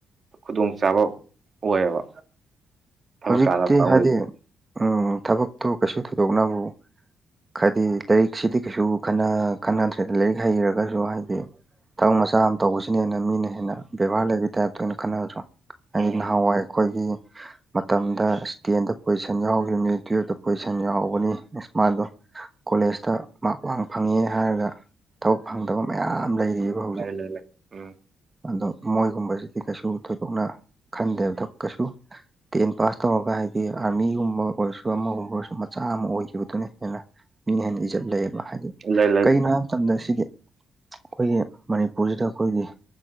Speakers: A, on the right; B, on the right.
A: ꯈꯨꯗꯣꯡꯆꯥꯥꯕ ꯑꯣꯏꯌꯦꯕ ꯊꯕꯛ
B: ꯍꯧꯖꯤꯛꯇꯤ
A: ꯇꯥꯟꯅꯕ ꯀꯥꯡꯕꯨꯗꯗꯤ
B: ꯍꯥꯏꯗꯤ ꯎ ꯊꯕꯛꯇꯣ ꯀꯩꯁꯨ ꯊꯣꯏꯗꯣꯛꯅꯕꯕꯨ ꯍꯥꯏꯗꯤ ꯂꯥꯏꯔꯤꯛꯁꯤꯗꯤ ꯀꯩꯁꯨ ꯈꯟꯅꯗ꯭ꯔꯦꯗ ꯂꯥꯏꯔꯤꯛ ꯍꯩꯔꯒꯁꯨ ꯍꯥꯏꯗꯤ ꯊꯕꯛ ꯆꯥ ꯑꯃ ꯇꯧꯕꯁꯤꯅ ꯍꯦꯟꯅ ꯃꯤꯅ ꯍꯦꯟꯅ ꯕꯦꯕꯥꯔ ꯂꯩꯕꯒꯤ ꯇꯥꯏꯞꯇ ꯑꯣꯏꯅ ꯈꯟꯅꯗ꯭ꯔꯣ ꯍꯥꯏꯗꯤ
A: ꯎꯝ
B: ꯅꯍꯥꯟꯋꯥꯏ ꯑꯩꯈꯣꯏꯒꯤ ꯃꯇꯝꯗ ꯇꯦꯟꯗ ꯄꯣꯖꯤꯁꯟ ꯌꯥꯎꯈꯤꯕꯅꯤ ꯇꯨꯌꯦꯜꯐꯇ ꯄꯣꯖꯤꯁꯟ ꯌꯥꯎꯒꯅꯤ ꯑꯃꯥꯏꯗꯣ ꯀꯣꯂꯦꯖꯇ ꯃꯔ ꯋꯥꯡ ꯐꯪꯉꯦ ꯍꯥꯏꯔꯒ ꯊꯕꯛ ꯐꯪꯗꯕ ꯃꯌꯥꯝ ꯂꯩꯔꯤꯕ ꯍꯥꯎꯖ
A: ꯂꯩ ꯂꯩ ꯂꯩ ꯎꯝ
B: ꯑꯗꯣ ꯃꯣꯏꯒꯨꯝꯕꯁꯤꯗꯤ ꯀꯩꯁꯨ ꯊꯣꯏꯗꯣꯛꯅ ꯈꯟꯗꯦꯕꯗꯣ ꯀꯩꯁꯨ ꯇꯦꯟ ꯄꯥꯁ ꯇꯧꯔꯒ ꯍꯥꯏꯗꯤ ꯑꯥꯔꯃꯤꯒꯨꯝꯕ ꯑꯣꯏꯔꯁꯨ ꯑꯃꯒꯨꯝꯕ ꯑꯣꯏꯔꯁꯨ ꯃꯆꯥ ꯑꯃ ꯑꯣꯏꯈꯤꯕꯗꯨꯅꯦ ꯍꯦꯟꯅ ꯃꯤ ꯍꯦꯟꯅ ꯏꯖꯠ ꯂꯩꯌꯦꯕ ꯍꯥꯏꯗꯤ
A: ꯂꯩ ꯂꯩ
B: ꯀꯩꯒꯤꯅꯣ ꯍꯥꯏꯕ ꯃꯇꯝꯗ ꯁꯤꯗꯤ ꯑꯩꯈꯣꯏꯒꯤ ꯃꯅꯤꯄꯨꯔꯁꯤꯗ ꯑꯩꯈꯣꯏꯒꯤ